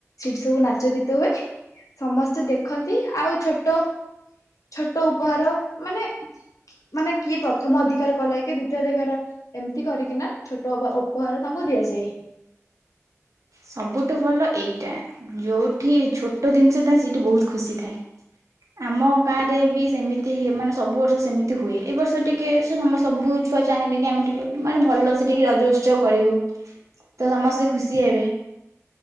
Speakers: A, on the left; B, on the right.
A: ସେଠି ସବୁ ନାଚ ଗୀତ ହୁଏ ସମସ୍ତେ ଦେଖନ୍ତି ଆଉ ଛୋଟ ଛୋଟ ଉପହାର ମାନେ ମାନେ କିଏ ପ୍ରଥମ ଅଧିକାର କଲାକ ଦ୍ୱିତୀୟଧିକାର ଏମିତି କରିକିନା ଛୋଟ ଉପହାର ତାଙ୍କୁ ଦିଆଯାଏ।
B: ସବୁଠୁ ଭଲ ଏଇଟା ଯୋଉଠି ଛୋଟ ଜିନିଷ ଥାଏ ସେଇଠି ବହୁତ ଖୁସି ଥାଏ। ଆମ ଗାଁ ରେ ବି ସେମିତି ମାନେ ସବୁ ବର୍ଷ ସେମିତି ହୁଏ ଏ ବର୍ଷ ଟିକେ ସେ ସବୁ ଛୁଆ ଚାହିଁଲେ କି ଆମେ ଟିକେ ମାନେ ଭଲ ସେ ଟିକେ ରଜ ଉତ୍ସବ କରିବୁ। ତ ସମସ୍ତେ ଖୁସି ହେବେ।